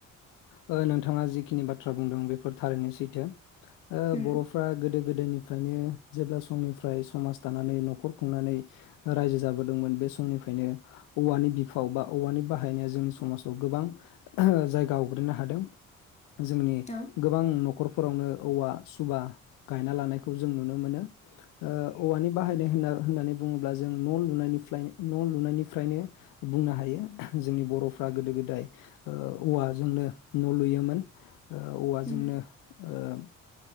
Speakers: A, on the left; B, on the left.
A: ओ नोंथाङा जिखिनि बाथ्रा बुंदों बेफोर थारैनो सैथो। ओ
B: उम
A: बर'फ्रा गोदो गोदोनिफ्रायनो जेब्ला समनिफ्राय समाज थानानै न'खर खुंनानै रायजो जाबोदोंमोन बे समनिफ्रायनो औवानि बिफाव बा औवानि बाहायनाया जोंनि समाजाव गोबां जाय गावग्रोनो हादों। जोंनि
B: औ
A: गोबां न'खरफोरावनो औवा सुबा गायना लानायखौ जों नुनो मोनो। ओ औवानि बाहायनाय होनना होननानै बुङोब्ला जों न' लुनायनिफ्लाय न' लुनायनिफ्रायनो बुंनो हायो जोंनि बर'फ्रा गोदो गोदाय ओ औवा जोंनो न' लुयोमोन। ओ औवाजोंनो
B: उम
A: ओ